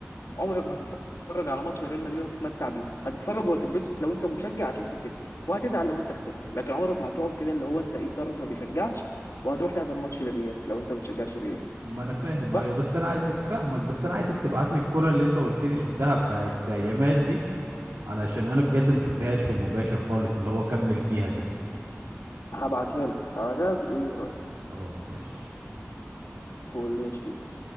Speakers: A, on the left; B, on the right.
A: عمرك ما هتتفرج على ماتش ريال مدريد وهتتمتع بيه هتتفرج وهتتبسط لو انت مشجع عشان كسبت وهتزعل لو انت خسرت لكن عمرك ما هتقعد كده اللي هو انت ايه طرف ما بيشجعش وهتروح تحضر ماتش الريال لو انت ما بتشجعش الريال
B: ما انا فاهم
A: صح
B: ايوه بس انا عايزك فاهمك بس انا عايزك تبعت لي الكره اللي انت قلت لي شفتها بتاعت يامال دي علشان انا بجد ما شفتهاش في المباشر خالص اللي هو كمل فيها دي
A: هبعتها لك هبعتها لك وتقول لي رايك
B: خلاص ماشي
A: وقول لي يا شيخ